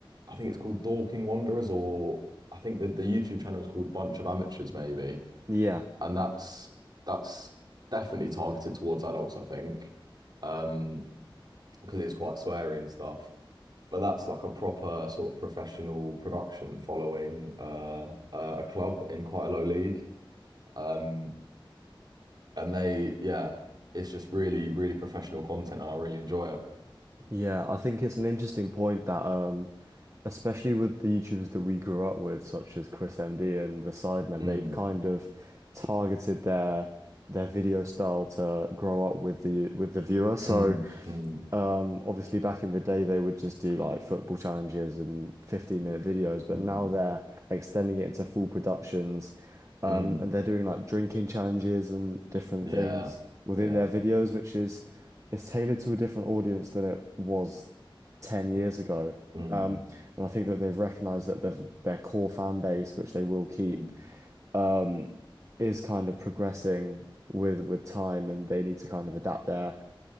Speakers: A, on the right (about 50°); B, on the right (about 35°).
A: I think it's called Dorking Wanderers or I think that the YouTube channel is called Bunch of Amateurs maybe
B: Yeah,
A: and that's that's definitely targeted towards adults I think um because it is quite sweary and stuff but that's like a proper sort of professional production following uh, uh a club in quite a low league um and they yeah it's just really really professional content and I really enjoy it
B: yeah. I think it's an interesting point that um, especially with the YouTubers that we grew up with, such as Chris MD and the Sidemen,
A: mm,
B: they've kind of targeted their their video style to grow up with the with the viewer. So.
A: mm, mm,
B: Um, obviously back in the day they would just do like football challenges and 15 minute videos, but
A: mm,
B: now they're extending it into full productions. Um,
A: mm,
B: and they're doing like drinking challenges and different
A: yeah
B: things within
A: yeah
B: their videos, which is it's tailored to a different audience than it was 10 years ago.
A: Mm,
B: Um, and I think that they've recognized that their their core fan base, which they will keep,
A: mm,
B: um, is kind of progressing with with time, and they need to kind of adapt their